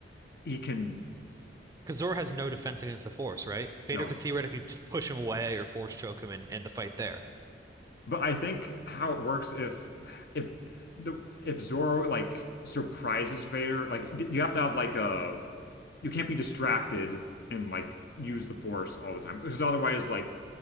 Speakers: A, on the left (about 55°); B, on the right (about 20°).
A: he can
B: Because Zoro has no defense against the Force, right? Vader
A: no.
B: could theoretically just push him away or Force choke him and end the fight there.
A: But I think how it works if if the if Zorro like surprises Vader, like th- you have to have like a you can't be distracted and like use the Force all the time because otherwise like